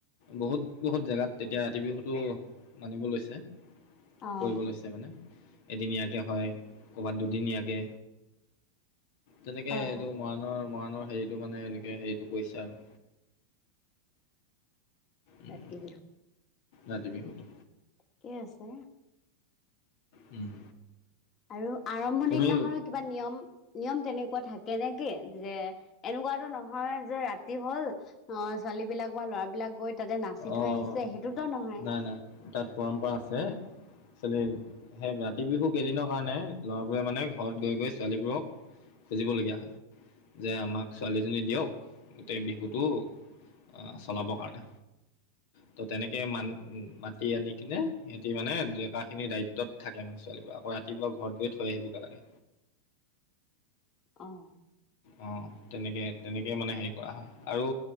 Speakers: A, on the left (about 50°); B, on the left (about 30°).
A: বহুত-বহুত জেগাত তেতিয়া ৰাতি বিহুতটো মানিব লৈছে,
B: অঁ
A: কৰিব লৈছে। মানে এদিনিয়াকে হয়। কৰ'বাত দুদিনীয়াকে, তেনেকে
B: হয়
A: এইটো
B: হয়
A: মৰাণৰ-মৰাণৰ হেৰি সেইটো মানে এনেকৈ হেৰিটো কৰিছে আৰু। উম,
B: ৰাতি বিহু
A: ৰাতি বিহুতো।
B: ঠিকে আছে।
A: উম।
B: আৰু আৰম্ভ
A: তুমি
B: নিদিনাখন কিবা নিয়ম-নিয়ম তেনেকুৱা থাকে নেকি? যে এনেকুৱাতো নহয় যে ৰাতি হ'ল অহ, ছোৱালীবিলাক বা ল'ৰাবলাক গৈ তাতে নাচি
A: অ'
B: থৈ আহিছে সেইটোতো নহয়।
A: নাই নাই তাত পৰম্পৰা আছে। ছোৱালী, সেই ৰাতি বিহু কেইদিনৰ কাৰণে ল'ৰাবোৰে মানে ঘৰত গৈ গৈ ছোৱালীবোৰক খুজিবলগীয়া হয়। যে আমাক ছোৱালীজনী দিয়ক গোটেই বিহুটো অহ, চলাবৰ কাৰণে। ত' তেনেকে মান-মাতি আনি কিনে সিহঁতি মানে ডেকা খিনিৰ দায়িত্বত থাকে মানে ছোৱালীব আকৌ ৰাতিপুৱা ঘৰত গৈ থৈ আহিবগে লাগে।
B: অ'
A: অ' তেনেকে তেনেকেই মানে হেৰি কৰা হয় আৰু